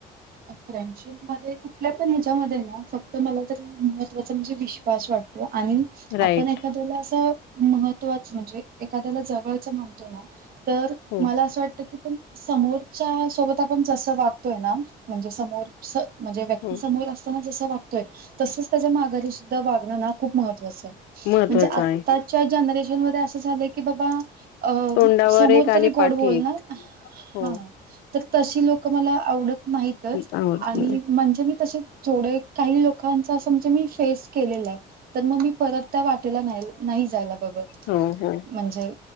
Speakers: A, on the right; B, on the left.
A: फ्रेंडशिप मध्ये कुठल्या पण ह्याच्यामध्ये ना फक्त मला तर महत्त्वाचं म्हणजे विश. वाटतो आणि
B: राईट
A: आपण एखाद्याला असं महत्वाच म्हणजे एखाद्याला जवळचं म्हणतो ना तर
B: हो
A: मला असं वाटतं की समोरच्या सोबत आपण जसं वागतोय ना म्हणजे समोर म्हणजे व्यक्ती
B: हो
A: समोर असताना जसं वागतोय. तसच त्याच्या माघारी सुद्धा वागणं ना खूप महत्त्वाचं आहे
B: महत्वाचं
A: म्हणजे आता
B: आहे.
A: जनरेशन मधे असं झालं की बाबा अ
B: तोंडावर
A: समोर
B: एक आणि
A: तरी गोड
B: पाठी
A: बोलणार.
B: एक. हो.
A: हा तर तशी लोक मला आवडत नाहीतच
B: आवडत
A: आणि
B: नाही
A: म्हणजे मी तसे जवढे काही लोकां णजे मी फेस केलेलाय मग मी परत त्या वाटेला नाही. नाही जायला बघत
B: हो हो.
A: म्हणजे